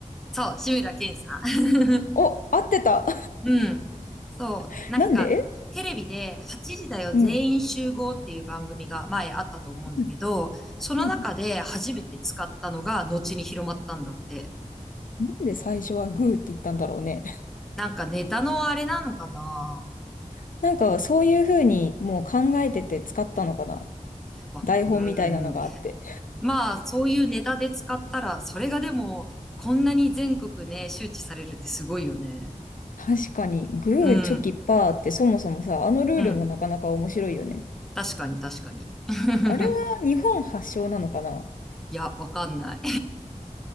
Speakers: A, in the centre; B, on the left.
A: そう、志村けんさん。<laughs>
B: お、合ってた
A: うん。そう、
B: <laughs>
A: なんか、
B: なんで
A: テレビで8時だよ全員集合っていう番組が前あったと思うんだけど、
B: うん。うん
A: その中で初めて使ったのが後に広まったんだって。
B: うんなんで最初はグーって言ったんだろうね。
A: なんかネタのあれなのかな
B: <laughs> なんかそういうふうにもう考えてて使ったのかな。
A: わ、
B: 台本みたいなのがあって。
A: うーん。まあ、そういうネタで使ったら、それがでも、こんなに全国ね、周知されるってすごいよね。
B: 確かに、グー、
A: うん、
B: チョキ、パーってそもそもさ、あのルールもなかなか面白いよね。
A: うん。確かに確かに。<laughs>
B: あれは日本発祥なのかな
A: いや、わかんない。